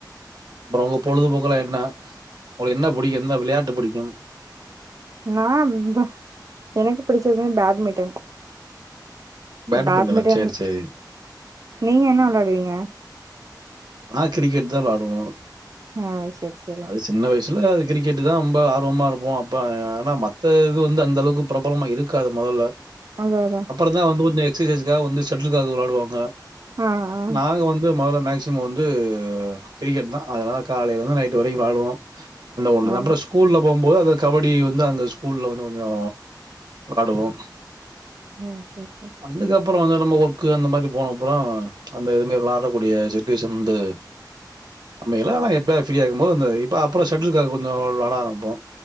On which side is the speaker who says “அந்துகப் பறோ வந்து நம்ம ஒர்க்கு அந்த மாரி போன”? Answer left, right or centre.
Right